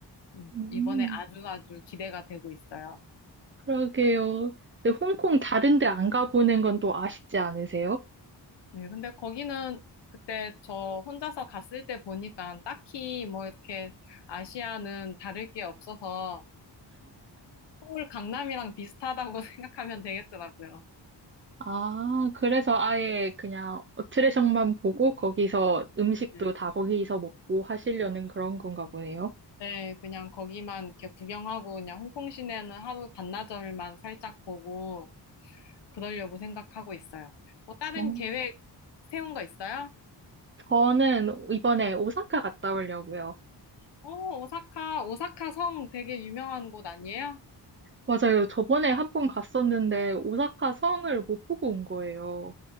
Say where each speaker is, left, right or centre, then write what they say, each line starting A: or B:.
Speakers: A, on the left; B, on the right.
A: 음,
B: 음,
A: 이번에 아주 아주 기대가 되고 있어요.
B: 그러게요. 근데 홍콩 다른 데 안 가보는 건 또 아쉽지 않으세요?
A: 네, 근데 거기는 그때 저 혼자서 갔을 때 보니까 딱히 뭐 이렇게 아시아는 다를 게 없어서 서울 강남이랑 비슷하다고 <laughs> 생각하면 되겠더라고요.
B: 아, 그래서 아예 그냥 어트랙션만 보고 거기서 음식도
A: 네,
B: 다 거기서 먹고 하시려는 그런 건가 보네요.
A: 네, 그냥 거기만 이렇게 구경하고 그냥 홍콩 시내는 하루 반나절만 살짝 보고 그러려고 생각하고 있어요. 뭐 다른
B: 어,
A: 계획 세운 거 있어요?
B: 저는 이번에 오사카 갔다 오려고요.
A: 오, 오사카, 오사카 성 되게 유명한 곳 아니에요?
B: 맞아요. 저번에 한 번 갔었는데 오사카 성을 못 보고 온 거예요.